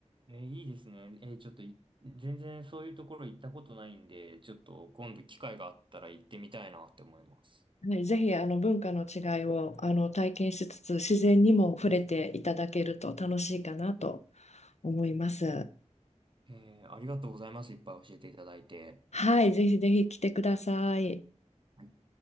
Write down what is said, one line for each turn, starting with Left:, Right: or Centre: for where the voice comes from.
Right: えーいいですね。えーちょっとい、全然そういうところ行ったことないんで、ちょっと今度機会があったら行ってみたいなって思います。
Left: はい。ぜひ、あの、文化の違いを、あの、体験しつつ、自然にも触れていただけると楽しいかなと思います。
Right: えーありがとうございます。いっぱい教えていただいて。
Left: はい。ぜひぜひ来てください。
Right: はい